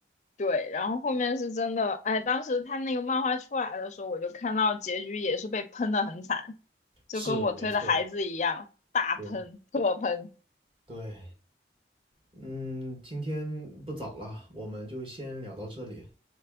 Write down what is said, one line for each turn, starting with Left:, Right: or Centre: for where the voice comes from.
Left: 对，然后后面是真的，哎，当时他那个漫画出来的时候，我就看到结局也是被喷的很惨，就跟我推的孩子一样，
Right: 是没错，
Left: 大喷，
Right: 对，
Left: 特喷。
Right: 对，嗯，今天不早了，我们就先聊到这里。